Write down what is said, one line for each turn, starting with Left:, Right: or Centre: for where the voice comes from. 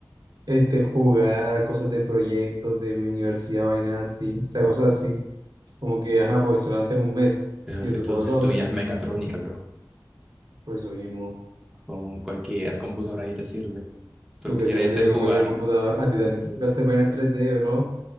Right: este, jugar cosas de proyectos de mi universidad, vainas así, o sea, cosas así. Como que, ajá, porque solo es un mes,
Centre: Pero
Right: y
Centre: si
Right: supongo
Centre: tú
Right: que
Centre: si
Right: cosas.
Centre: tú ya mecatrónica, bro,
Right: Por eso mismo,
Centre: con cualquier computadora ahí te sirve. Tú
Right: tú
Centre: lo que
Right: crees
Centre: quieres
Right: que me sirve
Centre: es
Right: con
Centre: jugar.
Right: cualquier computador. A ti también te toca hacer vainas tres d bro.